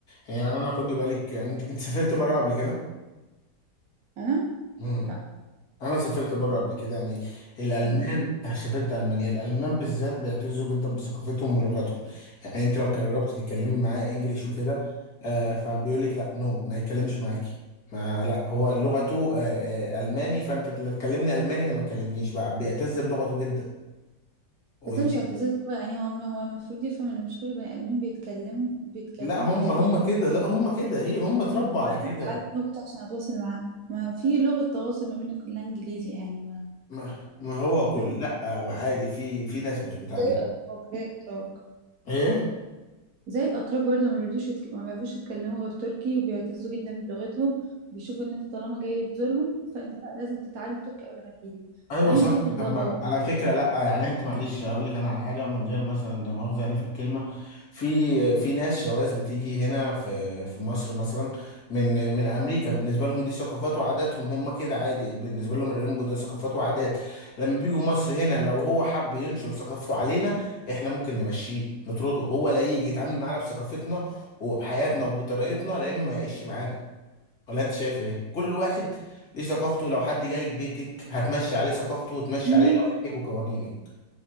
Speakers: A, on the left; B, on the right.
A: يعني انا خدي بالك يعني انت, انت سافرت بره قبل كده؟
B: أنا؟
A: امم
B: لا
A: انا سافرت بره
B: لا
A: قبل كده يعني الالمان
B: فاهم
A: آه، سافرت المانيا الالمان بالذات بيعتزوا جدا بثقافتهم ولغتهم يعني انت لو قربت تتكلمي معاه انجليش وكده آه فبيقول لك لا نو ما يتكلمش معاكي ما لا هو لغته آه آه الماني فانت لا تكلمني الماني لا ما تكلمنيش بقى بيعتز بلغته جدا ودي
B: بس ده مش اعتزاز لغة يعني هو هو المفروض يفهم ان مش كل بني ادمين بيتكلموا بيتكلموا
A: لا هم
B: نفس
A: هم
B: لغته
A: كده لا هم كده
B: يعني
A: هي هم اتربوا
B: طب
A: على
B: انا
A: كده
B: اتعلم لغة عشان اتواصل معاه ما في لغة تواصل ما بيننا كلها انجليزي يعني ما
A: ما ما هو كل
B: فاهم
A: لا ما عادي في في ناس مش متعلمة
B: زي الاتراك زي الاتراك
A: ايه
B: زي الاتراك برضه ما بيردوش يتك... ما بيعرفوش يتكلموا غير تركي وبيعتزوا جدا بلغتهم بيشوفوا ان انت طالما جاي تزورهم فانت لا لازم تتعلم تركي قبل ما تيجي
A: ايوه
B: يعني
A: صح
B: بشوف ان
A: طب
B: ده غلط
A: ما على
B: يعني
A: فكره لا يعني انت معلش هقول لك انا على حاجه من غير مثلا ده مؤاخذه يعني في الكلمه في في ناس شواذ بتيجي هنا في في مصر مثلا من من امريكا بالنسبه لهم دي ثقافات وعاداتهم هم كده عادي بالنسبه لهم الريمبو ده ثقافات وعادات لما بيجوا مصر هنا لو هو حب ينشر ثقافته علينا احنا ممكن نمشيه نطرده هو لا يجي يتعامل معانا بثقافتنا وبحياتنا وبطريقتنا لا اما ما يعيش معانا ولا انت شايفه ايه كل واحد ليه ثقافته لو حد جالك بيتك هتمشي عليه ثقافته وتمشي عليه
B: ماشي
A: لوائحك
B: صح
A: وقوانينك